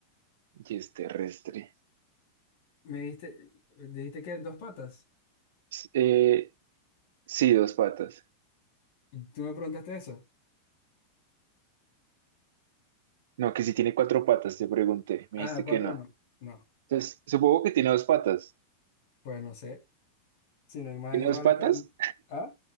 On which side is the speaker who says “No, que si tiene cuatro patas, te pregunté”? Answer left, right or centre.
Right